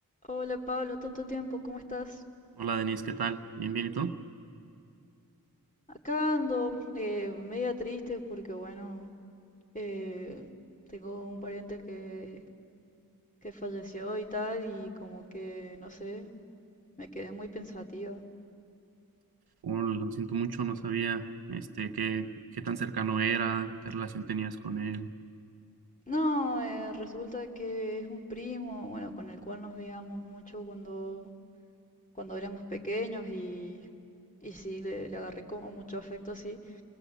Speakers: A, on the left; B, on the right.
A: Hola Pablo, tanto tiempo, ¿cómo estás?
B: Hola Denise, ¿qué tal? Bien, bien, ¿y tú?
A: Acá ando eh, media triste porque bueno, eh, tengo un pariente que, que falleció y tal y como que, no sé, me quedé muy pensativa.
B: Oh, lo siento mucho, no sabía este, qué, qué tan cercano era, qué relación tenías con él.
A: No, eh, resulta que es un primo, bueno, con el cual nos veíamos mucho cuando, cuando éramos pequeños y, y sí, le, le agarré como mucho afecto, sí.